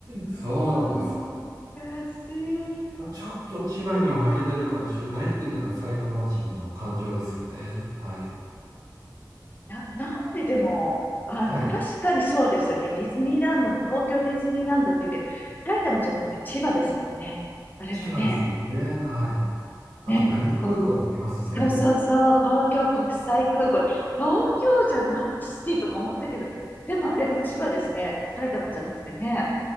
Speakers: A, on the right; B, on the left.
A: そうなんです。
B: もう、おかしい。
A: まあちょっと千葉には負けてるかもしれないっていうのが埼玉人の感情ですよね。はい。
B: な、なんででも、あの、
A: はい。
B: 確かにそうですよね。ディズニーランドも東京ディズニーランドっていうけど、埼玉じゃなくて千葉ですもんね。あれもね。
A: 千葉ですもんね。はい。あと、
B: ね、
A: 成田空港もありますしね。
B: こ、そうそうそう、東京国際空港。東京じゃないし、とか思ったけど、でもあれも千葉ですね。埼玉じゃなくてね。